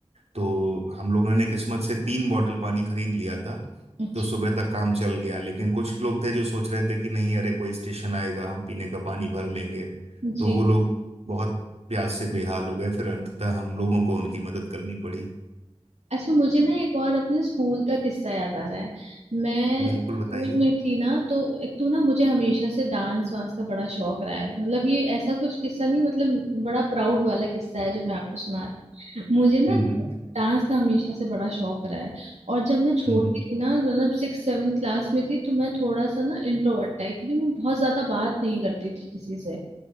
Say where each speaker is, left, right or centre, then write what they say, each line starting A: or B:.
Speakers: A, on the right (about 70°); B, on the right (about 85°).
A: तो हम लोगों ने किस्मत से तीन बॉटल पानी खरीद लिया था
B: अच्छा
A: तो सुबह तक काम चल गया लेकिन कुछ लोग थे जो सोच रहे थे कि नहीं अरे कोई स्टेशन आएगा हम पीने का पानी भर लेंगे
B: जी
A: तो वो लोग बहुत प्यास से बेहाल हो गए फिर अंततः हम लोगों को उनकी मदद करनी पड़ी
B: अच्छा मुझे ना एक और अपने स्कूल का किस्सा याद आ रहा है मैं
A: बिल्कुल
B: स्कूल
A: बताइए <laughs>
B: में थी ना तो एक तो ना मुझे हमेशा से डांस वांस का बड़ा शौक रहा है मतलब ये ऐसा कुछ किस्सा नहीं मतलब बड़ा प्राउड वाला किस्सा है जो मैं आपको सुना मुझे ना
A: हम्म
B: डांस का हमेशा से बड़ा शौक रहा है और जब मैं छोटी
A: हम्म
B: थी ना मतलब सिक्स सेवन क्लास में थी तो मैं थोड़ा सा ना इंट्रोवर्ट टाइप थी मैं बहुत ज्यादा बात नहीं करती थी किसी से